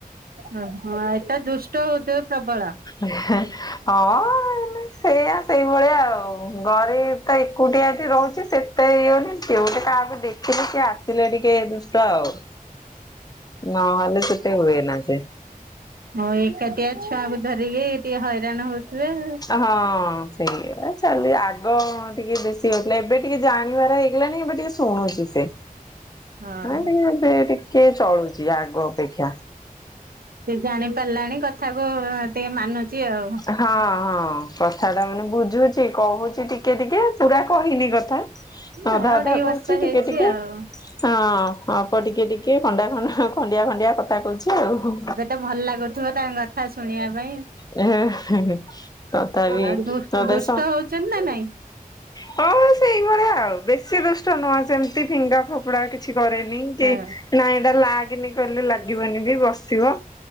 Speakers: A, on the right; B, on the left.
A: ହଁ, ହଁ ଏଇଟା ଦୁଷ୍ଟ ହଉଥିବ ପ୍ରବଳ?
B: ହଁ ଏଇନେ ସେୟା, ସେଇଭଳିଆ ଆଉ। ଘରେ ଏଇଠି ତ ଏକୁଟିଆ ଏଠି ରହୁଛି, ସେଇଥିପାଇଁ ଇଏ ବୋଲି କିଏ ଗୋଟେ କାହାକୁ ଦେଖିଲେ, କିଏ ଆସିଲେ ଟିକେ ଦୁଷ୍ଟ ଆଉ। ନହେଲେ ସେତେ ହୁଏନା ସେ।
A: ହଁ ଏକାଟିଆ ଛୁଆକୁ ଧରିକି ଟିକେ ହଇରାଣ ହଉଥିବେ।
B: ହଁ ସେଇୟା ଚାଲି ଆଗ ଟିକେ ବେଶୀ ହଉଥିଲା ଏବେ ଟିକେ ଜାଣିବାର ହେଇଗଲାଣି ଏବେ ଟିକେ ଶୁଣୁଛି ସେ।
A: ହଁ।
B: ନା ଟିକେ ସେ ଟିକେ ଚଳୁଛି ଆଗ ଅପେକ୍ଷା।
A: ସେ ଜାଣି ପାରିଲାଣି କଥାକୁ ଟିକେ ମାନୁଛି ଆଉ।
B: ହଁ ହଁ କଥା ଟା ମାନେ ବୁଝୁଛି କହୁଛି ଟିକେ ଟିକେ ପୁରା କହିନି କଥା।
A: ହଁ
B: ଅଧା
A: ଅଢେଇ
B: ଅଧା
A: ବର୍ଷ
B: କହୁଛି
A: ହେଇଛି
B: ଟିକେ ଟିକେ।
A: ଆଉ।
B: ହଁ ହବ ଟିକେ ଟିକେ ଖଣ୍ଡା ଖଣ୍ଡ ଖଣ୍ଡିଆ ଖଣ୍ଡିଆ କଥା କହୁଛି ଆଉ।
A: ମତେ ଭଲ ଲାଗୁଥିବ ତାଙ୍କ କଥା ଶୁଣିବା ପାଇଁ।
B: ତଥାପି
A: ଆଉ ଦୁ
B: ନତସ।
A: ଦୁଷ୍ଟ ହଉଛନ୍ତି ନା ନାଇଁ?
B: ହଁ ସେଇଭଳିଆ ଆଉ ବେଶୀ ଦୁଷ୍ଟ ନୁହଁ ଯେମିତି ଫିଙ୍ଗା ଫୋପଡା କି କିଛି କରେନି କି
A: ଏ
B: ନା ଏଇଟା ଲାଗନି କହିଲେ ଲାଗିବନି ବି ବସିବ।